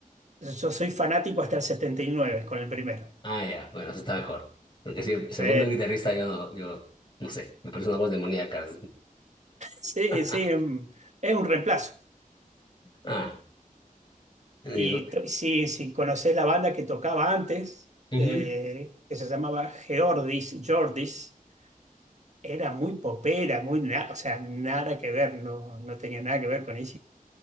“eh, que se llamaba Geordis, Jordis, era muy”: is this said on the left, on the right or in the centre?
Right